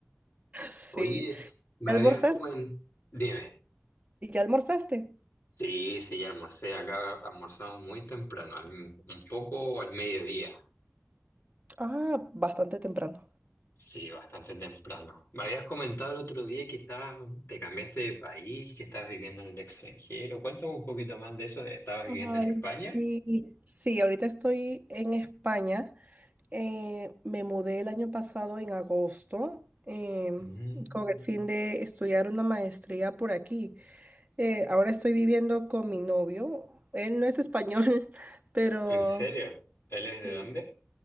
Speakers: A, on the right; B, on the left.
A: Sí.
B: Oye, me
A: ¿Ya
B: habías
A: almorzaste?
B: como en... Dime.
A: ¿Ya almorzaste?
B: Sí, sí, ya almorcé. Acá almorzamos muy temprano, al- un poco al mediodía.
A: Ah, bastante temprano.
B: Sí, bastante temprano. Me habías comentado el otro día que estabas, te cambiaste de país, que estabas viviendo en el extranjero. Cuéntame un poquito más de eso. ¿Estabas viviendo
A: Ay,
B: en España?
A: sí. Sí, ahorita estoy en España. Eh, me mudé el año pasado en agosto em,
B: Mm,
A: con el fin de estudiar una maestría por aquí. Eh, ahora estoy viviendo con mi novio. Él no es español, <laughs> pero
B: ¿En serio? ¿Él es
A: sí,
B: de dónde?